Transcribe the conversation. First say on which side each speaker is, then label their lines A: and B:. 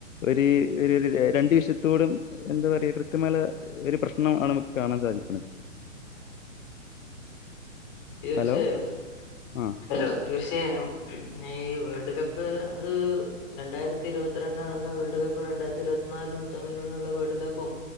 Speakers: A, on the left; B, on the left.
A: ഒരു രണ്ടുവിഷത്തോടും എന്താ പറയുക കൃത്യമായ ഒരു പ്രശ്ന ആണ് നമുക്ക് കാണാൻ സാധിക്കുന്നത്
B: തീർച്ചയായും
A: ഹലോ ആ
B: ഹലോ തീർച്ചയായും ഈ വേൾഡ് കപ്പ് അത് രണ്ടായിരത്തി ഇരുപത്തിരണ്ടാണെന്ന് അവരുടെ ഇപ്പോ രണ്ടായിരത്തി ഇരുപത്തിനാല് തമ്മിൽന്നുള്ള വേൾഡ് കപ്പും